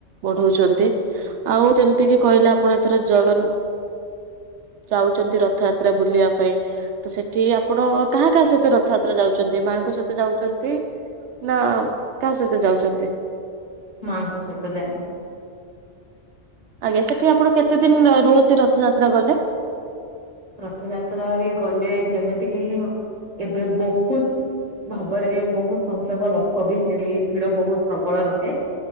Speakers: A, on the right; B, on the right.
A: ବଢଉଛନ୍ତି। ଆଉ ଯେମିତି କିି କହିଲେ ଆପଣ ଏଥର ଜଗନ ଯାଉଛନ୍ତି ରଥଯାତ୍ରା ବୁଲିବା ପାଇଁ ତ ସେଠି ଆପଣ କାହା କାହା ସହିତ ରଥଯାତ୍ରା ଯାଉଛନ୍ତି? ମାଙ୍କ ସହିତ ଯାଉଛନ୍ତି ନା କାହା ସହିତ ଯାଉଛନ୍ତି?
B: ମାଙ୍କ ସହିତ ଯାଇ
A: ଆଜ୍ଞା ସେଠି ଆପଣ କେତେ ଦିନ ରୁହନ୍ତି ରଥଯାତ୍ରା ଗଲେ।
B: ରଥଯାତ୍ରାରେ ଗଲେ ଯେମିତିକି ଏବେ ବହୁତ ଭାବରେ ବହୁତ ସଂଖ୍ୟକ ଲୋକ ବି ସେଠ ଭିଡ ବହୁତ ପ୍ରବଳ ରହେ